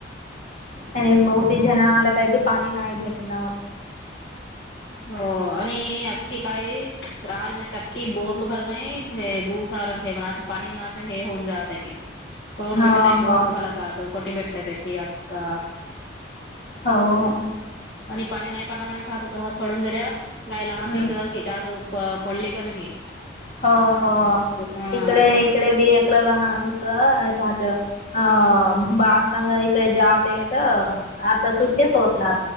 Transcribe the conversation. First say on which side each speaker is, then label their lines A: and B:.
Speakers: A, on the left; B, on the left.
A: आणि मावशी जण आला काही की पाणी नाही भेटणं
B: हो आणि अखखी काय राहाले नाहीत कि बोर ल उघालत नाही हे भूसार हे पण पाणी म्ह हे होऊन जात आहे की कोून
A: हा
B: भेटत बोर
A: हा
B: ल उघालतात कोटे भेटलत की अका
A: हो
B: आणि पाणी नाही पामुळे <unintelligible> सोडून दिल्या कााय लहान
A: हम्म
B: च त्या तू प पडली का न क <unintelligible>
A: हो हो
B: हा
A: इकडे इकडे बी एकलं लहान त अ बाळाांघ इकडे जात येत आता सुट्टेच होत ना